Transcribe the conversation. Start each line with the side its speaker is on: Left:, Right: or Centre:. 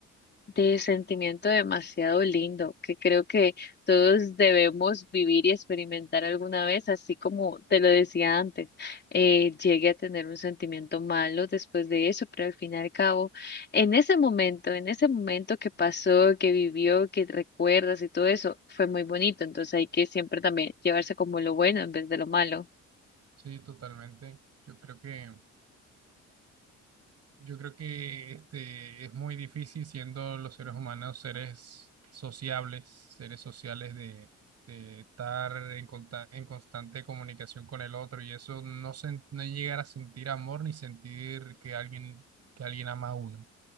Left: de sentimiento demasiado lindo que creo que todos debemos vivir y experimentar alguna vez, así como te lo decía antes, eh, llegué a tener un sentimiento malo después de eso, pero al fin y al cabo, en ese momento, en ese momento que pasó, que vivió, que recuerdas y todo eso, fue muy bonito, entonces hay que siempre también llevarse como lo bueno en vez de lo malo.
Right: Sí, totalmente. Yo creo que, yo creo que este es muy difícil siendo los seres humanos seres sociables, seres sociales de, de estar en, conta- en constante comunicación con el otro y eso no sen- no llegar a sentir amor ni sentir que alguien que alguien ama a uno.